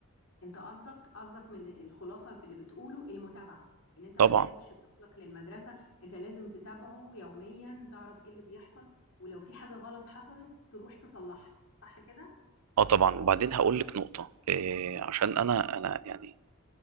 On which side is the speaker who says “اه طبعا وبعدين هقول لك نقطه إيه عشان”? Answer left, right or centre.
Right